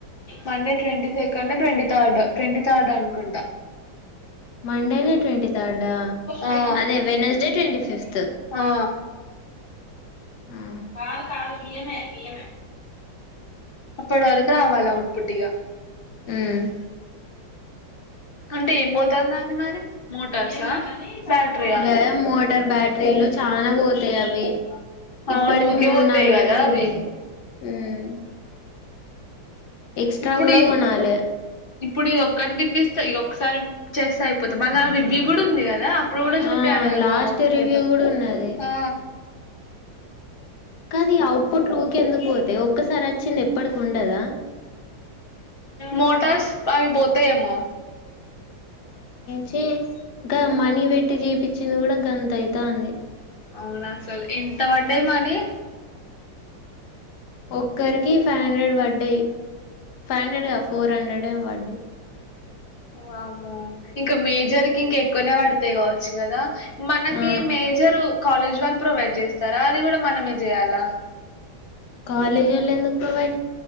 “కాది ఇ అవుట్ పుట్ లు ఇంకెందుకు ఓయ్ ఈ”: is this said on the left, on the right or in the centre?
Left